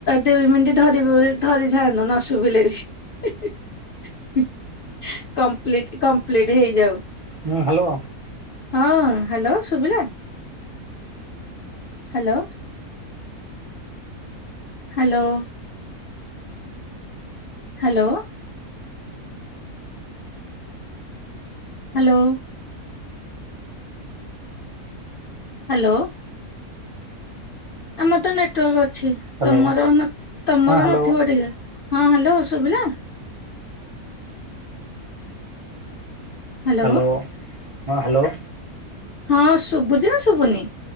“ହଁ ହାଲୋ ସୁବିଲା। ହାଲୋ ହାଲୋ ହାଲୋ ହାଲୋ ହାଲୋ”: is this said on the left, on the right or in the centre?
Left